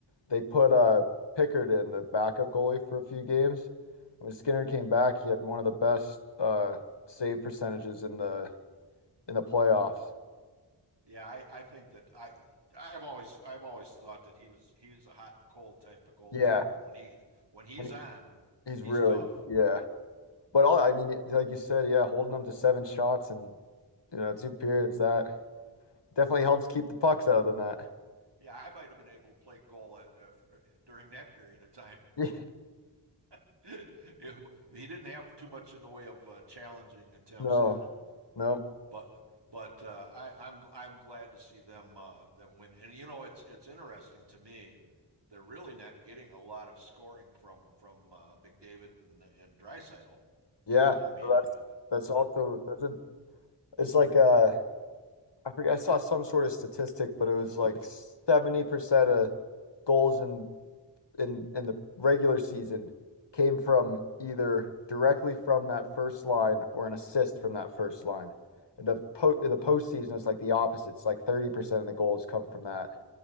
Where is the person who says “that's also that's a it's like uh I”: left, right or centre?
Left